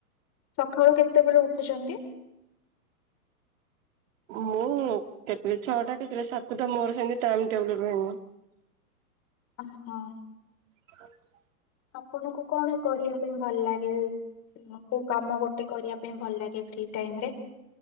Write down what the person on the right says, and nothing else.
ମୁଁ କେତବେଳେ ଛଅଟା କେତେଳେ ସାତଟା ମୋର ସେମିତି ଟାଇମ ଟେବୁଲ ରୁହେନି।
ଆରେ